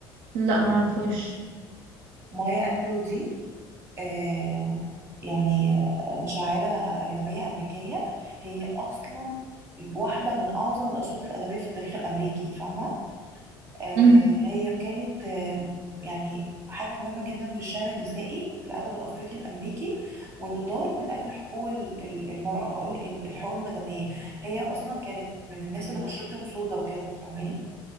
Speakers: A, on the right; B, on the right.
A: لا معرفوش
B: مايا أنجلو دي آه، يعني آه، شاعرة أجنبية أمريكية هي أصلا واحدة من أعظم الأصوات الأدبية في التاريخ الأمريكي فاهمة آه،
A: امم
B: هي كانت آه، يعني حاجة مهمة جدا في الشعر النسائي في الأدب الأفريقي الأمريكي والنضال من أجل حقوق ال- ال- المرأة هقول ال- الحقوق المدنية هي أصلا كانت من الناس اللي بشرتهم سودا وكده فاهماني